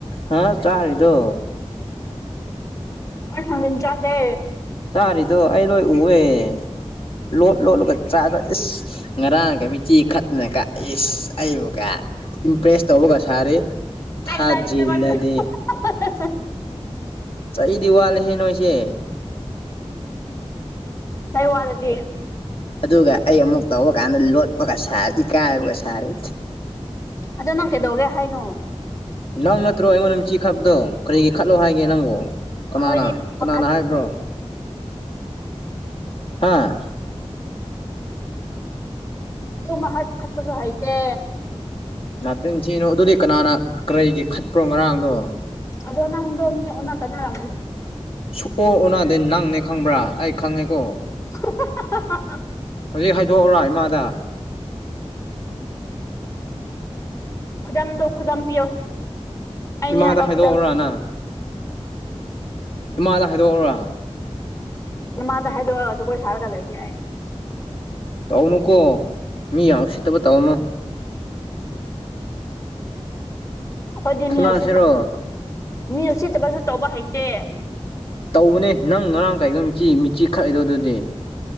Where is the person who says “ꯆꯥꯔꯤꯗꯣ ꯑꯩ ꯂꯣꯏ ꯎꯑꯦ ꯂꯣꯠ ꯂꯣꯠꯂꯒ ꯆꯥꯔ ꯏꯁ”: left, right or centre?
Left